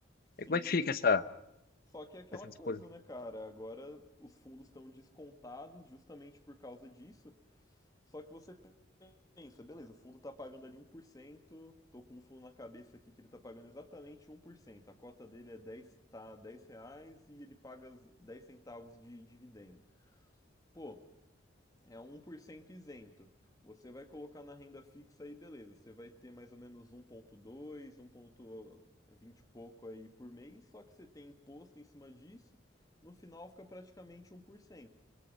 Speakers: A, on the left; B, on the left.
A: Sim,
B: E como é que fica essa,
A: só que é aquela
B: essa
A: coisa,
B: disposição?
A: né, cara? Agora os fundos estão descontados justamente por causa disso. Só que você pensa, beleza, o fundo está pagando ali um por cento. tô com um fundo na cabeça aqui que ele está pagando exatamente um por cento. a cota dele é dez tá 10 reais e ele paga 10 centavos de dividendo. Pô, é um por cento isento. Você vai colocar na renda fixa aí, beleza, você vai ter mais ou menos um 1.2, 1.20 e pouco aí por mês, só que você tem imposto em cima disso, no final fica praticamente um por cento.